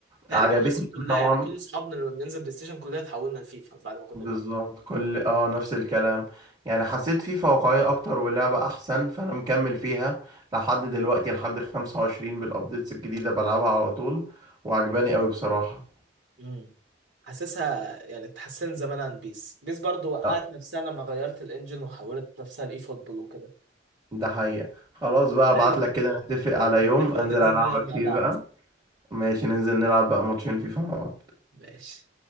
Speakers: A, on the right (about 70°); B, on the right (about 20°).
A: تقريبا
B: عجبتني
A: مصر كلها
B: طبعا
A: يعني كل اصحابنا لما بننزل بلاي ستيشن كلنا اتحولنا لفيفا بعد ما كنا
B: بالظبط
A: بيس
B: كل اه نفس الكلام يعني حسيت فيفا واقعية أكتر واللعبة أحسن فأنا مكمل فيها لحد دلوقتي لحد 25 بالأبديتس الجديدة بلعبها على طول وعجباني أوي بصراحة
A: امم حاسسها يعني اتحسنت زمان عن بيس بيس برضو وقعت
B: آه،
A: نفسها لما غيرت الانجن وحولت نفسها لاي فوتبول وكده
B: ده حقيقة خلاص بقى أبعتلك
A: حلو
B: كده نتفق على يوم
A: نتفق
B: أنزل
A: وننزل
B: ألعبك
A: نلعب مع
B: فيه
A: بعض
B: بقى ماشي ننزل نلعب بقى ماتشين فيفا مع بعض
A: ماشي